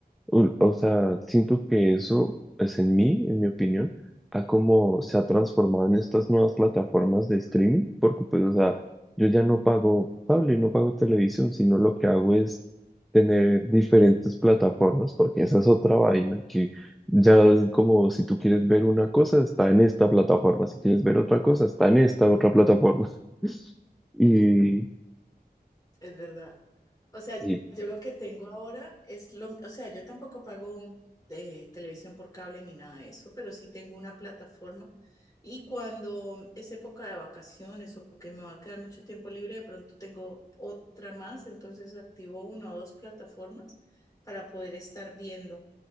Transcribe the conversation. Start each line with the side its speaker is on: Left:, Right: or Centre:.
Centre: O, o sea, siento que eso es en mí, en mi opinión, a cómo se ha transformado en estas nuevas plataformas de streaming, porque pues, o sea, yo ya no pago cable, no pago televisión, sino lo que hago es tener diferentes plataformas, porque esa es otra vaina que ya es como si tú quieres ver una cosa, está en esta plataforma, si quieres ver otra cosa, está en esta otra plataforma. <laughs> Y
Left: es verdad. O sea,
Centre: Sí,
Left: yo lo que tengo ahora es lo, o sea, yo tampoco pago eh, televisión por cable ni nada de eso, pero sí tengo una plataforma. Y cuando es época de vacaciones o que me va a quedar mucho tiempo libre, de pronto tengo otra más, entonces activo una o dos plataformas para poder estar viendo.